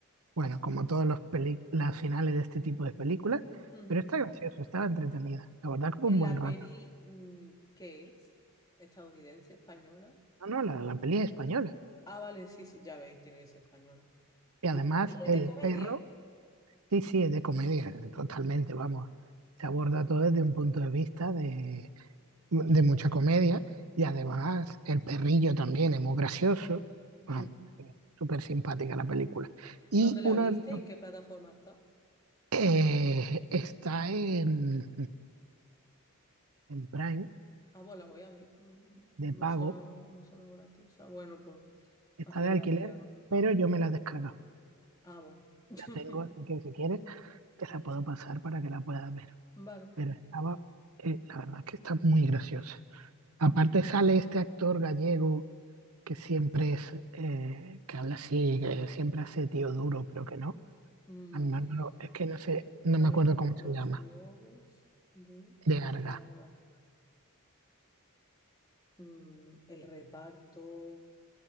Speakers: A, on the right; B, on the left.
A: bueno, como todos los peli- las finales de este tipo de películas,
B: Ujú.
A: pero está gracioso, está entretenida. La verdad que fue
B: En
A: un buen
B: la
A: rato.
B: peli, mm, ¿qué es? ¿Estadounidense, española?
A: No, no, la, la peli es española.
B: Ah, vale, sí, sí, ya ves, tiene que ser española.
A: Y además
B: ¿Y, y es
A: el
B: de comedia?
A: perro, sí, sí, es de comedia,
B: Mm.
A: totalmente, vamos. Se aborda todo desde un punto de vista de, de mucha comedia y además el perrillo también es muy gracioso.
B: <laughs>
A: Vamos, es súper simpática la película. Y
B: ¿Dónde
A: uno
B: la viste?
A: de los-
B: ¿En qué plataforma está?
A: eh, está en, en Prime
B: Ah, pues la voy a ver. Mm, mm,
A: de
B: Me
A: pago,
B: ha sonado, me ha sonado graciosa. Bueno, pues
A: está
B: así
A: de
B: es
A: alquiler,
B: la vida, ¿no?
A: pero yo me la he descargado.
B: Ah, bueno. <laughs>
A: La tengo, así que si quieres te la puedo pasar para que la puedas ver.
B: Vale.
A: Pero estaba, eh, la verdad es que está muy graciosa. Aparte sale este actor gallego que siempre es, eh, que habla así, que siempre hace tío duro, pero que no.
B: Mm,
A: Al Manolo, es que no sé, no
B: a
A: me
B: ver,
A: acuerdo cómo
B: los
A: se llama,
B: lobos de
A: de Arga,
B: Arga. Mm, el reparto.